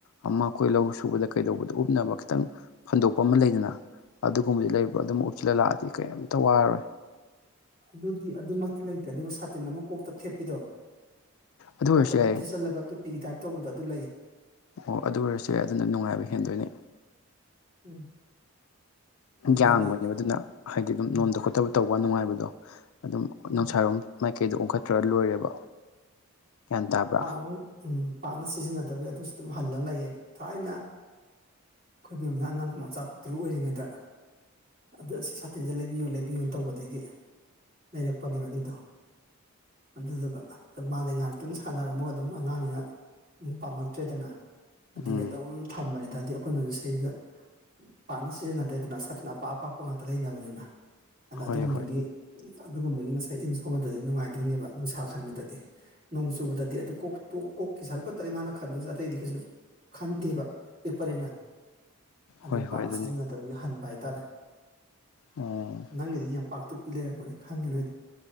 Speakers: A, on the left; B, on the right.
A: ꯑꯃ ꯑꯩꯈꯣꯏ ꯂꯧ ꯁꯨꯕꯗ ꯀꯩꯗꯧꯕꯗ ꯎꯞꯅꯕ ꯈꯤꯇꯪ ꯐꯟꯗꯣꯛꯄ ꯑꯃ ꯂꯩꯗꯅ ꯑꯗꯨꯒꯨꯝꯕꯗꯤ ꯂꯩꯕ꯭ꯔꯥ ꯑꯗꯨꯝ ꯎꯞꯇꯨꯜ ꯑꯥꯂꯥꯗꯤ ꯀꯩꯝꯇ ꯋꯥꯔꯣꯏ
B: ꯑꯗꯨꯗꯤ ꯑꯗꯨꯃꯛꯇꯤ ꯂꯩꯇꯦ ꯑꯗꯨꯒ ꯁꯥꯇꯤꯟ ꯑꯃ ꯀꯣꯛꯇ ꯊꯦꯠꯄꯤꯗꯣ
A: ꯑꯗꯨ ꯑꯣꯏꯔꯁꯨ
B: ꯀꯣꯛꯇ
A: ꯌꯥꯏꯌꯦ
B: ꯑꯗꯨꯝ ꯊꯦꯠꯆꯜꯂꯒ ꯇꯨꯞꯄꯤꯒꯤ ꯇꯥꯏꯞ ꯇꯧꯕꯗꯣ ꯑꯗꯨ ꯂꯩ
A: ꯑꯣ ꯑꯗꯨ ꯑꯣꯏꯔꯁꯨ ꯌꯥꯏ ꯑꯗꯨꯅ ꯅꯨꯡꯉꯥꯏꯕ ꯍꯦꯟꯗꯣꯏꯅꯤ
B: ꯎꯝ ꯍꯣꯏ
A: ꯌꯥꯡꯕꯅꯦꯕ
B: ꯑꯗꯨꯗꯤ
A: ꯑꯗꯨꯅ ꯍꯥꯏꯗꯤ ꯑꯗꯨꯝ
B: ꯎꯝ
A: ꯅꯣꯝꯗ ꯈꯣꯠꯇꯕ ꯇꯧꯕ ꯅꯨꯡꯉꯥꯏꯕꯗꯣ ꯑꯗꯨꯝ
B: ꯎꯝ
A: ꯅꯨꯡꯁꯥꯔꯣꯝ ꯃꯥꯏꯀꯩꯗꯣ ꯑꯣꯟꯈꯠꯠꯇ꯭ꯔꯒ ꯂꯣꯏꯔꯦꯕ ꯒ꯭ꯌꯥꯟ ꯇꯥꯕ꯭ꯔꯥ
B: ꯄꯥꯛ ꯎꯝ ꯄꯥꯛꯅ ꯁꯤꯖꯤꯟꯅꯗꯕꯩ ꯑꯗꯨꯁꯨ ꯑꯗꯨꯝ ꯍꯜꯂꯒ ꯂꯩꯌꯦ ꯊꯥꯏꯅ ꯑꯩꯈꯣꯏꯕꯝꯅ ꯑꯉꯥꯡ ꯃꯆꯥ ꯄꯇꯔꯨ ꯑꯣꯏꯔꯤꯉꯩꯗ ꯑꯗ ꯁꯤ ꯁꯥꯇꯤꯟꯁꯦ ꯂꯩꯕꯤꯌꯣ ꯂꯩꯕꯤꯌꯨꯅ ꯇꯧꯕꯗꯒꯤ ꯂꯩꯔꯛꯄꯅꯦꯕ ꯑꯗꯨꯏꯗꯣ ꯑꯗꯨꯗꯨꯒ ꯃꯥꯗꯩ ꯉꯥꯏꯍꯥꯛꯇꯪ ꯁꯥꯟꯅꯔꯝꯃꯒ ꯑꯗꯨꯝ ꯑꯉꯥꯡꯅꯤꯅ ꯑꯃ ꯄꯥꯝꯂꯛꯇ꯭ꯔꯦꯗꯅ ꯑꯗꯨꯗꯒꯤ
A: ꯎꯝ
B: ꯑꯗꯨꯝ ꯊꯝꯕꯅꯤꯗꯗꯤ ꯑꯩꯈꯣꯏꯅꯁꯨ ꯏꯁꯩꯁꯤꯗ ꯄꯥꯛꯅ ꯁꯤꯖꯤꯟꯅꯗꯦꯗꯅ ꯁꯥꯊꯤꯟ ꯑꯄꯥꯛ ꯑꯄꯥꯛꯄ ꯉꯥꯛꯇ ꯂꯩꯅꯕꯅꯤꯅ ꯑꯗꯨꯅ
A: ꯍꯣꯏ
B: ꯑꯗꯨꯒꯨꯝꯕꯒꯤ
A: ꯍꯣꯏ
B: ꯑꯗꯨꯒꯨꯝꯕꯒꯤ ꯉꯁꯥꯏ ꯏꯟ ꯁꯣꯕꯗꯗꯤ ꯅꯨꯡꯉꯥꯏꯗꯣꯏꯅꯦꯕ ꯅꯨꯡꯁꯥ ꯈꯟꯕꯗꯗꯤ ꯅꯣꯡ ꯆꯨꯕꯗꯗꯤ ꯑꯗꯨ ꯀꯣꯛ ꯇꯣꯛ ꯀꯣꯛꯀꯤꯩ ꯁꯔꯨꯛ ꯀꯛꯇꯅꯤ ꯃꯥꯅ ꯈꯟꯗꯦ ꯑꯥꯇꯩꯗꯤ ꯀꯩꯁꯨ ꯈꯟꯗꯦꯕ ꯄꯤꯛꯄꯅꯤꯅ ꯑꯗꯨꯒꯤ
A: ꯍꯣꯏ ꯍꯣꯏ
B: ꯄꯥꯛꯠꯅ
A: ꯑꯗꯨꯅꯤ
B: ꯁꯤꯖꯤꯟꯅꯗꯕꯒꯤ ꯍꯟꯕ ꯍꯥꯏꯇꯥꯔꯦ
A: ꯎꯝ
B: ꯅꯪꯒꯤꯗꯤ ꯀ ꯄꯥꯛꯇ ꯄꯤ ꯂꯩꯔꯝꯒꯅꯤ ꯈꯪꯉꯦ ꯅꯣꯏꯗꯤ